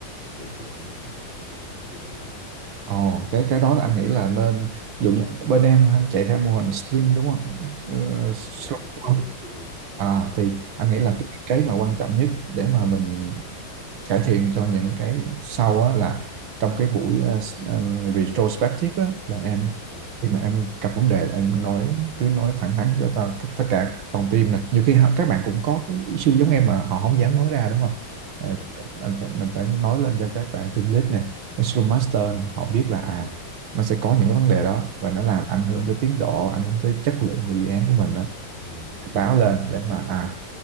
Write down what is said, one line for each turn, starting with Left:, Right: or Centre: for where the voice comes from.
Left: cái cái hạn mức đó nên là cũng hơi cũng áp lực lắm
Right: Ồ, cái cái đó là anh nghĩ là nên ví dụ như bên em chạy theo mô hình sprint đúng không? Ờ, Scrum,
Left: dạ đúng đúng đúng kiểu kiểu
Right: À, thì anh nghĩ là
Left: thật
Right: cái, cái mà quan trọng nhất để mà mình cải thiện cho những cái sau á là trong cái buổi ờ, s- em retrospective á là em
Left: dạ
Right: khi mà em gặp vấn đề em nói cứ nói thẳng thắn cho tao tất cả toàn team nè nhiều khi họ- các bạn cũng có cái issue giống em mà họ không dám nói ra đúng không Ờ,
Left: dạ đúng
Right: anh phải mình phải nói lên cho các bạn team lead này Scrum Master này họ biết là à nó sẽ có những cái vấn đề đó và nó làm ảnh hưởng tới tiến độ ảnh hưởng tới chất lượng của dự án của mình đó
Left: ừ
Right: báo lên
Left: dạ
Right: để mà à